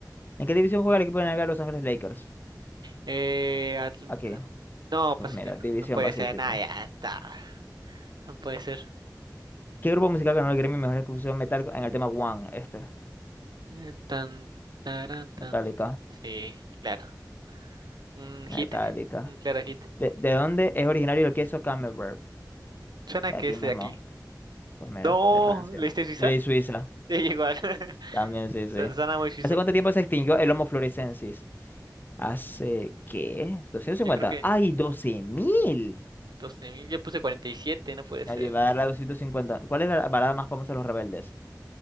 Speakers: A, on the left; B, on the right.
A: ¿En qué división juega el equipo de NBA Los Ángeles Lakers?
B: Eh, Atlántico.
A: Aquí.
B: No,
A: Pues
B: Pacífico.
A: mira, División
B: No puede
A: Pacífico.
B: ser. Nada, ya está. No puede ser.
A: ¿Qué grupo musical ganó el Grammy Mejor Ejecución Metal en el tema One? Este.
B: Eh, Tan, tarán, tan.
A: Metallica.
B: Sí, claro. Un
A: Metallica.
B: hit. Un claro hit.
A: ¿De, de dónde es originario el queso Camembert?
B: Suena
A: De
B: que
A: aquí
B: es
A: mismo.
B: de aquí.
A: Pues mira,
B: No,
A: de Francia.
B: ¿leíste Suiza?
A: Yo le di Suiza.
B: Ya igual. <laughs>
A: También, sí,
B: Suena
A: sí.
B: suena muy suizo.
A: ¿Hace cuánto tiempo se extinguió el Homo floresiensis? ¿Hace qué? doscientos cincuenta
B: Yo creo que
A: ¡Ay, 12.000!
B: 12.000. Yo puse 47, no puede
A: La
B: ser.
A: llevada a la doscientos cincuenta ¿Cuál es la parada más famosa de los rebeldes?